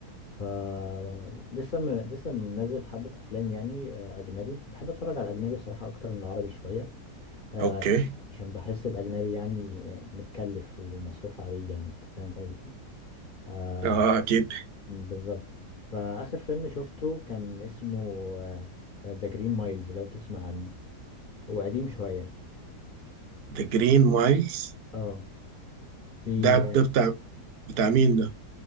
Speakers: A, on the left; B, on the right.
A: ف لسه م- لسه منزل حبه افلام يعني آه، اجنبي بحب اتفرج على الاجنبي الصراحه اكتر من العربي شويه آه،
B: أوكي
A: عش- عشان بحس الاجنبي يعني آه، متكلف ومصروف عليه يعني انت فاهم قصدي آه،
B: آه أكيد
A: بالظبط فآخر فيلم شفته كان اسمه ذا جرين مايلز لو تسمع عنه هو قديم شوية
B: ذا جرين مايلز
A: اه في
B: ده ده
A: آه،
B: بتاع بتاع مين